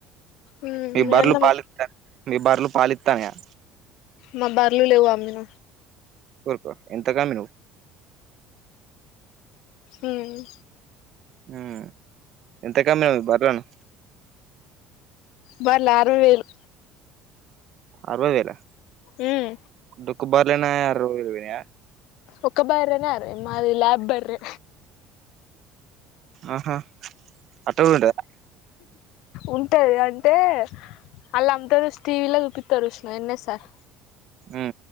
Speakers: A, on the left; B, on the right.
A: మ్మ్
B: మీ బర్రెలు
A: అన్నము
B: పాలిస్తా, మీ బర్రెలు పాలిస్తాన్నయా?
A: మా బర్లు లేవు, అమ్మిన
B: కోరుకు ఎంతకమ్మినవు?
A: ఉమ్మ్
B: ఉమ్ ఎంతకమ్మావు బర్లెను?
A: బర్లా, అరవై వేలు
B: అరవై వేలా?
A: ఉమ్
B: డొక్కు బర్లేనా అరవైవేలు పోయినయా
A: ఒక్క బర్రెనే అర్వై, మాది లాబ్ బర్రె
B: అహా, అట్టకూడా ఉంటదా?
A: ఉంటాయి అంటే అలా అంత స్ టీవీ లా దూపితారు విష్ణు న్నే సార్
B: ఆ